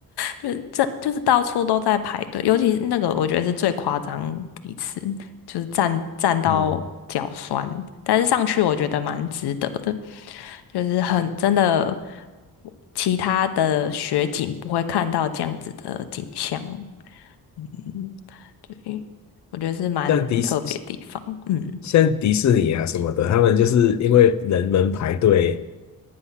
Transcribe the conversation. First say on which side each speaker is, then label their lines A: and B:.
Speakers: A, on the left (about 85°); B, on the left (about 50°).
A: 就是这就是到处都在排队，尤其是那个我觉得是最夸张一次，就是站站到脚酸，
B: 嗯，
A: 但是上去我觉得蛮值得的，就是很真的，其他的雪景不会看到这样子的景象，嗯，对，我觉得是蛮特别的地方，
B: 像迪士
A: 嗯，
B: 像迪士尼啊什么的，他们就是因为人们排队